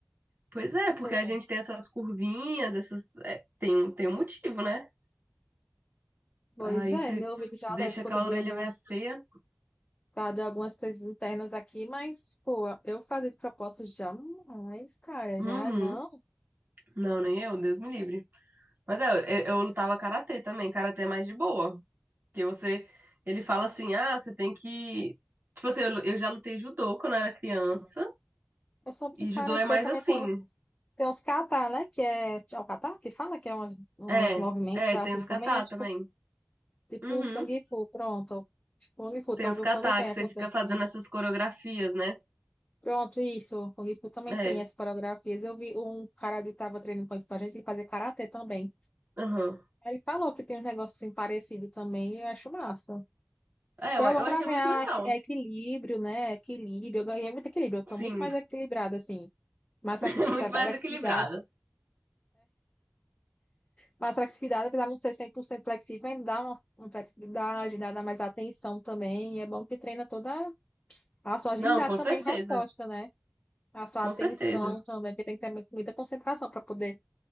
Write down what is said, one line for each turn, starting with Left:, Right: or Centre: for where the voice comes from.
Right: Pois é,
Left: Tipo,
Right: porque a gente tem essas curvinhas, essas. é, tem, um- tem um motivo, né?
Left: pois
Right: Aí
Left: é,
Right: você
Left: meu ouvido já
Right: deixa
Left: dói por
Right: aquela
Left: conta de
Right: orelha
Left: alguns,
Right: meio feia.
Left: por causa de algumas coisas internas aqui, mas, pô, eu fazer de propósito jamais, cara,
Right: Uhum.
Left: já não.
Right: Não, nem eu, Deus me livre. Mas é, eu, eu lutava karatê também. Karatê é mais de boa. Porque você. Ele fala assim: ah, você tem que. Tipo assim, eu, lu- eu já lutei judô quando eu era criança.
Left: Eu soube
Right: E
Left: que Karatê
Right: judô é mais
Left: também
Right: assim.
Left: tem uns, tem uns kata, né? Que é, é o kata que fala que é umas, umas
Right: É,
Left: movimentos
Right: é,
Left: assim
Right: tem os
Left: também.
Right: kata
Left: É tipo,
Right: também.
Left: tipo
Right: Uhum.
Left: Kung Fu, pronto. Tipo, Kung Fu,
Right: Tem
Left: tô
Right: os kata
Left: falando bem
Right: que
Left: essas
Right: você fica
Left: dancinhas.
Right: fazendo essas coreografias, né?
Left: Pronto, isso. Kung Fu também
Right: É,
Left: tem as coreografias. Eu vi um cara que tava treinando com a gente, ele fazia Karatê também.
Right: aham.
Left: Aí Ele falou que tem uns negócios assim parecidos também e eu acho massa.
Right: É,
Left: Tipo,
Right: eu,
Left: É
Right: eu
Left: bom pra
Right: achei
Left: ganhar
Right: muito legal.
Left: equi- é equilíbrio, né? Equilíbrio. Eu ganhei muito equilíbrio. Eu tô
Right: Sim,
Left: muito mais equilibrada, assim. Mais flexibilidade.
Right: <laughs> muito mais equilibrada.
Left: Mas flexibilidade, apesar de não ser 100% flexível, ainda dá uma, uma flexibilidade, dá dá mais atenção também. E é bom que treina toda a sua agilidade
Right: Não, com
Left: também
Right: certeza.
Left: em resposta, né? A sua
Right: Com
Left: atenção
Right: certeza.
Left: também, porque tem que ter muita concentração para poder